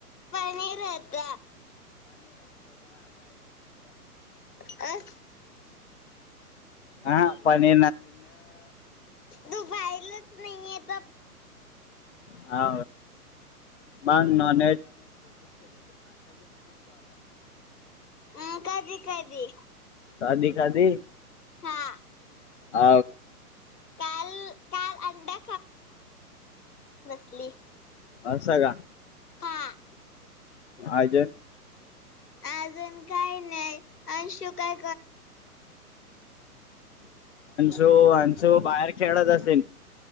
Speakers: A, on the left (about 70°); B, on the left (about 50°).
A: पनीर होत. अं.
B: हा. पनी
A: तू बाईलाच नाही येत
B: हा मग नॉन
A: हा. कधी कधी.
B: कधी कधी.
A: हा.
B: आ
A: काल काल अंडा ली.
B: अस का?
A: का?
B: आजय.
A: अजून काय नाही. अंशू का
B: तो अंशू बाहेर खेळत असेल?